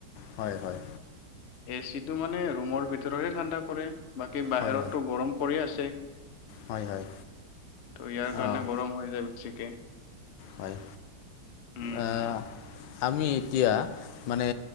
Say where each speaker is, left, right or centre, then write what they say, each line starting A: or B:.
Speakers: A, on the left; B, on the left.
A: হয় হয়।
B: এ চি টো মানে ৰুমৰ ভিতৰতহে ঠাণ্ডা কৰে বাকী বাহিৰতটো
A: হয় হয়
B: গৰম কৰি আছে।
A: হয় হয়
B: ত ইয়াৰ কাৰণে
A: অঁ
B: গৰম হৈ যায় বেছিকে।
A: হয়।
B: উম,
A: আ
B: হুম।
A: আমি এতিয়া মানে